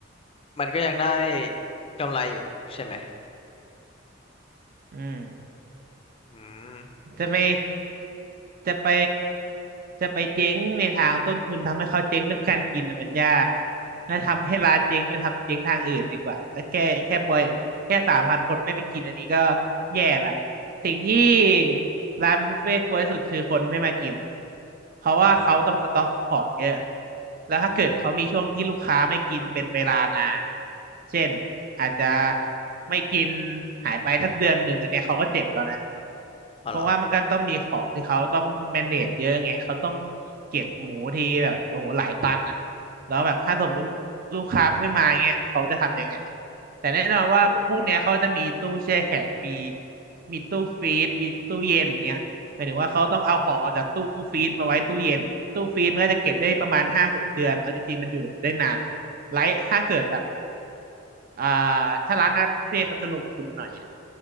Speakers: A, on the left; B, on the right.
A: มันก็ยังได้กำไรอยู่ใช่ไหม
B: อืม
A: อืม
B: จะไปจะไปจะไปเจ๊งในทางต้นทุนทำให้เขาเจ๊งด้วยการกินน่ะมันยากน่าทำให้ร้านเจ๊งไปทำเจ๊งทางอื่นดีกว่าก็แค่แค่บอยแค่สามพันคนไม่ไปกินอันนี้ก็แย่ละสิ่งที่ร้านบุฟเฟ่ต์กลัวที่สุดคือคนไม่มากินเพราะว่าเขาต้องสต็อกของเยอะแล้วถ้าเกิดเขามีช่วงที่ลูกค้าไม่กินเป็นเวลานานเนี่ยเช่นอาจจะไม่กินหายไปสักเดือนหนึ่งอันเนี้ยเขาก็เจ็บแล้วนะ
A: อ๋อเหรอ
B: เพราะว่ามันก็ต้องมีของที่เขาต้อง manage เยอะไงเขาต้องเก็บหมูทีแบบโอ้โหหลายตันอ่ะแล้วแบบถ้าสมมุติลูกค้าไม่มาเงี้ยเขาจะทำยังไงแต่แน่นอนว่าพวกเนี้ยเขาจะมีตู้แช่แข็งมีมีตู้ฟรีซมีตู้เย็นเงี้ยหมายถึงว่าเขาต้องเอาของออกจากตู้ฟรีซมาไว้ตู้เย็นตู้ฟรีซมันก็จะเก็บได้ประมาณห้าหกเดือนเอาจริงๆมันอยู่ได้นานไลท์ถ้าเกิดแบบ อ่าถ้าร้านอาหารบุฟเฟ่ต์เขาจะลงทุนหน่อยอะ